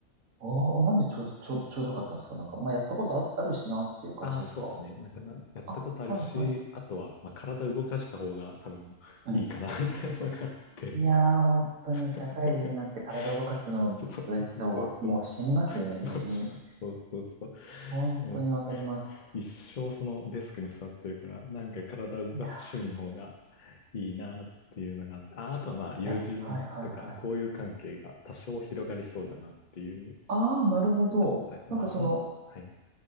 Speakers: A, on the right; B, on the left.
A: おー、なんでちょうど、ちょ、ちょうどよかったんですかなんか、まあ、やったことあ、あるしなっていう感じですか
B: ああ、そうですね。なんかな、やったことあるし、
A: あ、はいはい。
B: あとは、まあ、体動かした方が多分いいかな、
A: うん
B: みたいなのがあって。
A: いやー、本当に社会人になって体を動かすの大事さをわもう染みますよね、
B: <laughs> そうそうそうそう。
A: 身に。
B: そうそうそうそ
A: 本当にわかります。
B: う。もう一生そのデスクに座ってるから、なんか体を動かす趣味の方が
A: いや
B: いいなっていうのがあって、あ、あとはまあ友人とか交友関係が多少広がりそうだなっていう
A: ー、いや、はいはいはい。あー、なるほど。
B: のがあったり、まあそん、
A: なんかその、
B: はい。